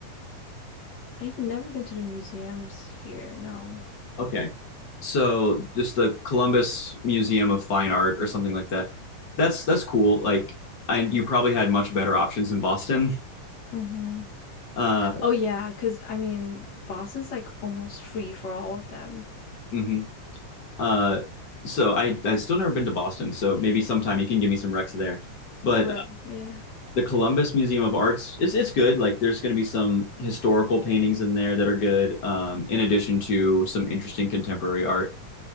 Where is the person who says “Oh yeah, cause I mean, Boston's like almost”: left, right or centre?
Left